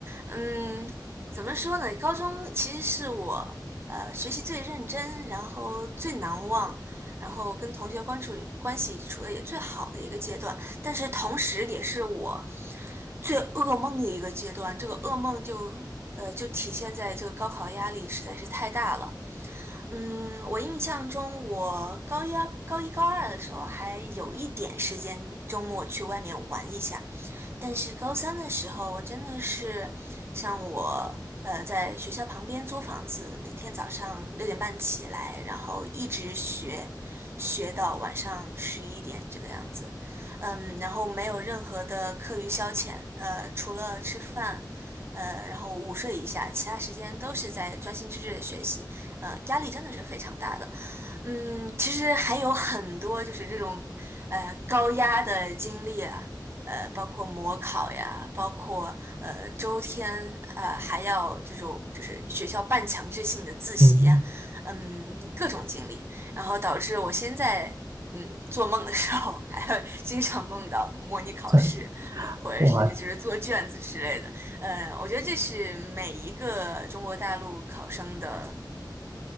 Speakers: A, on the right; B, on the right.
A: 嗯，怎么说呢？高中其实是我呃学习最认真，然后最难忘，然后跟同学关处关系处的也最好的一个阶段，但是同时也是我最噩梦的一个阶段。这个噩梦就呃就体现在这个高考压力实在是太大了。嗯，我印象中我高一、高一、高二的时候还有一点时间周末去外面玩一下。但是高三的时候，我真的是像我呃，在学校旁边租房子，每天早上六点半起来，然后一直学，学到晚上十一点这个样子。嗯，然后没有任何的课余消遣，呃，除了吃饭，呃，然后午睡一下，其他时间都是在专心致志的学习，呃，压力真的是非常大的。嗯，其实还有很多就是这种呃高压的经历啊，呃，包括模考呀，包括呃周天，呃，还要这种就是学校半强制性的自习呀，
B: 嗯，
A: 嗯，各种经历，然后导致我现在嗯做梦的时候还会经常梦到模拟考试，
B: 这
A: 或者是就是做卷子之类的，
B: 哇，
A: 呃，我觉得这是每一个中国大陆考生的